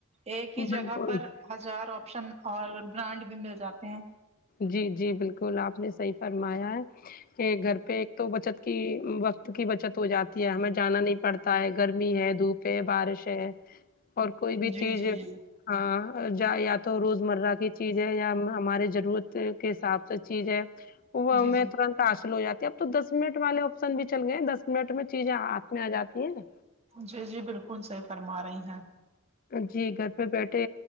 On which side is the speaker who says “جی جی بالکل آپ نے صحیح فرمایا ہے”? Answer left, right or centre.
Left